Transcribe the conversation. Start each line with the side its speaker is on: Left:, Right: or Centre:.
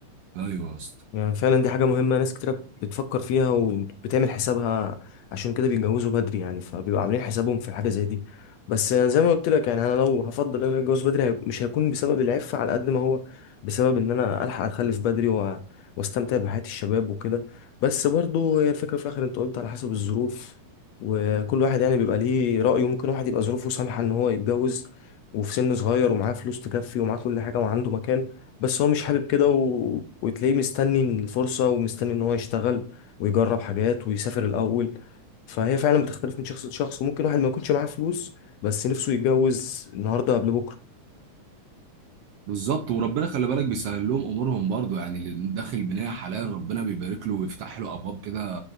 Right: ايوه يا اسطى
Left: يعني فعلا دي حاجة مهمة ناس كتير بتفكر فيها وبتعمل حسابها عشان كده بيتجوزوا بدري يعني فبيبقوا عاملين حسابهم في حاجة زي دي بس زي ما قلت لك يعني انا لو هفضل ان انا اتجوز بدري هيبقى- مش هيكون بسبب العفة على قد ما هو بسبب ان انا الحق اخلف بدري و... واستمتع بحياة الشباب وكده بس برضو هي الفكرة في الاخر انت قلت على حسب الظروف وكل واحد يعني بيبقى ليه رأيه ممكن واحد يبقى ظروفه سامحة ان هو يتجوز وفي سن صغير ومعاه فلوس تكفي ومعاه كل حاجة وعنده مكان بس هو مش حابب كده و... وتلاقيه مستني الفرصة ومستني ان هو يشتغل ويجرب حاجات ويسافر الاول فهي فعلا بتختلف من شخص لشخص وممكن واحد ما يكونش معاه فلوس بس نفسه يتجوز النهاردة قبل بكرة
Right: بالظبط وربنا خلي بالك بيسهل لهم امورهم برضو يعني اللي داخل بنايه حلال ربنا بيبارك له ويفتح له ابواب كده